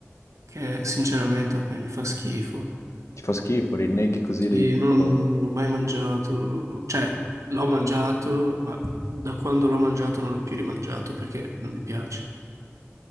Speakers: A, on the right (about 85°); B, on the left (about 70°).
A: che sinceramente a me mi fa schifo.
B: Ti fa schifo, rinneghi così
A: Sì,
B: li...
A: non,
B: oh.
A: non ho mai mangiato, cioè l'ho mangiato, ma da quando l'ho mangiato non l'ho più rimangiato perché non mi piace.